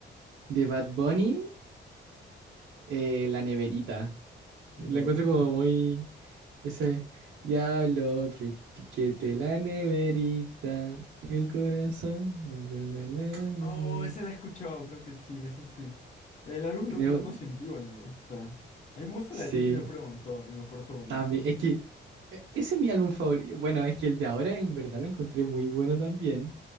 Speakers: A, on the right (about 80°); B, on the left (about 40°).
A: De Bad Bunny, eh, la neverita.
B: La
A: La
B: neverita.
A: encuentro como muy. Ese diablo que piquete la neverita. El corazón. <laughs> na, na, na, na, na,
B: Oh,
A: na".
B: esa la he escuchado, creo que sí, esa sí. El álbum de
A: Me
B: Un Verano
A: gu-
B: Sin Ti igual me gusta. A mí me gusta
A: sí.
B: la de Titi me preguntó y me porto bonito.
A: También, es que eh, ese es mi álbum favorito. Bueno, es que el de ahora en verdad lo encontré muy bueno también,